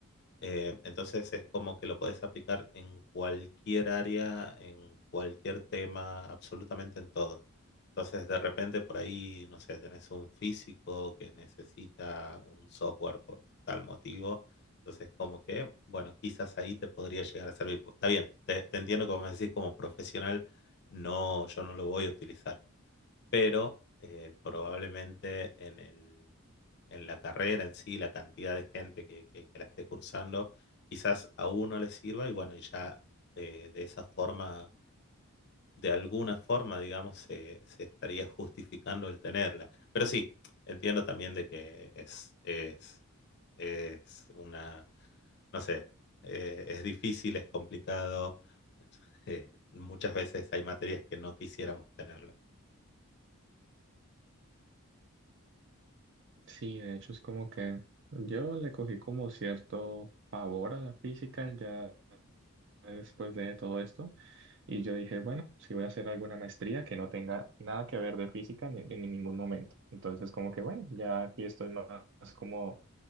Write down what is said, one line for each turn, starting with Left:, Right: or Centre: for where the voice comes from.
Left: Eh, entonces es como que lo puedes aplicar en cualquier área, en cualquier tema, absolutamente en todo. Entonces de repente por ahí, no sé, tenés un físico que necesita un software por tal motivo. Entonces como que, bueno, quizás ahí te podría llegar a servir. Está bien, te, te entiendo como me decís como profesional, no, yo no lo voy a utilizar pero eh, probablemente en el, en la carrera en sí, la cantidad de gente que, que- que la esté cursando, quizás a uno le sirva y bueno, y ya eh, de esa forma, de alguna forma, digamos, se, se estaría justificando el tenerla. Pero sí, entiendo también de que es, es, es una, no sé, eh, es difícil, es complicado. <laughs> eh, muchas veces hay materias que no quisiéramos tenerlas.
Right: Sí, de hecho es como que yo le cogí como cierto favor a la física ya después de todo esto. Y yo dije, bueno, si voy a hacer alguna maestría que no tenga nada que ver de física ni, en ningún momento. Entonces, como que bueno, ya aquí estoy más como